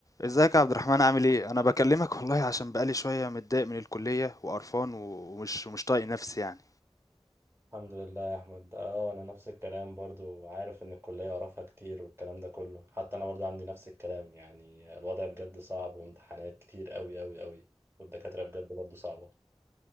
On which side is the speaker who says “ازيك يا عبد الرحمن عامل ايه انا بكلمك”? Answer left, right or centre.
Left